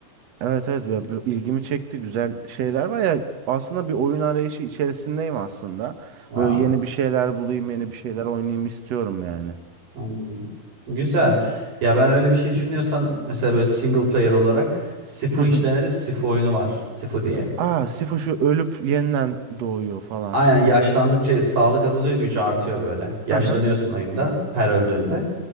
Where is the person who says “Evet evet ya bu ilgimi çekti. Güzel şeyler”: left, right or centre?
Right